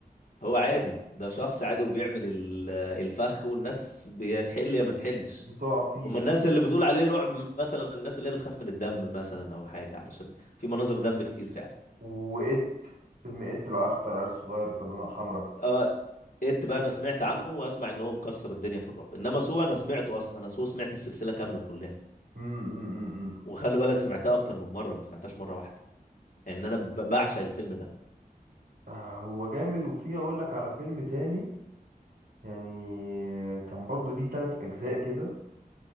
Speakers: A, on the left; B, on the right.
A: هو عادي ده شخص عادي وبيعمل ال- آه، الفخ والناس بتحل يا ما تحلش
B: بتقع فيه
A: هم الناس اللي بتقول عليه رعب مثلا الناس اللي هي بتخاف من الدم مثلا او حاجه علشان في مناظر دم كتير فعلا
B: وإت فيلم إت لو عارف بتاع العيال الصغير بالونة الحمراء
A: اه ات بقى انا سمعت عنه واسمع ان هو مكسر الدنيا في الرعب انما سو انا سمعته اصلا انا سو سمعت السلسله كامله كلها
B: أمم، أمم، أمم، أمم.
A: وخلي بالك سمعتها اكتر من مره ما سمعتهاش مره واحده لان يعني انا ب- بعشق الفيلم ده
B: آه، هو جامد وفيه أقول لك على فيلم تاني يعني كان برضو ليه تلات أجزاء كده